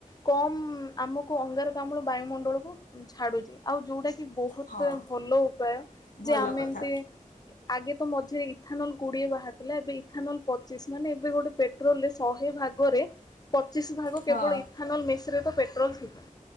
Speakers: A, on the left (about 30°); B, on the left (about 80°).
A: କମ୍ ଆମକୁ ଅଙ୍ଗାରକାମ୍ଳ ବାୟୁମଣ୍ଡଳକୁ ଛାଡୁଚି। ଆଉ ଯୋଉଟା କି ବହୁତ
B: ହଁ
A: ଭଲ ଉପାୟ
B: ଭଲ
A: ଯେ ଆମେ
B: କଥା
A: ଏମିତି ଆଗେ ତ ମଝିରେ ଇଥାନଲ୍ ଗୁଡିଏ ବାହାର୍ ହେଲା। ଏବେ ଇଥାନଲ୍ ପଚିଶି ମାନେ ଏବେ ଗୋଟେ ପେଟ୍ରୋଲ ରେ ଶହେ ଭାଗରେ ପଚିଶି ଭାଗ
B: ହଁ
A: କେବଳ ଇଥାନଲ୍ ମିଶ୍ରିତ ପେଟ୍ରୋଲ୍ ଥିବ।